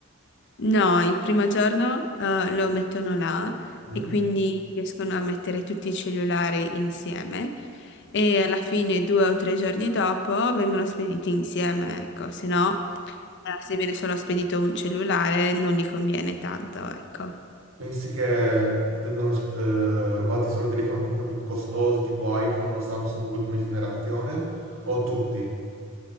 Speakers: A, on the left; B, on the right.
A: No, il primo giorno eh, lo mettono là
B: Mm?
A: e quindi riescono a mettere tutti i cellulari insieme e alla fine due o tre giorni dopo vengono spediti insieme, ecco, se no eh, se viene solo spedito un cellulare non gli conviene tanto, ecco.
B: Pensi che vengono eh, rubati solo telefoni un pochino più costosi, tipo iPhone o Samsung ultima generazione? O tutti?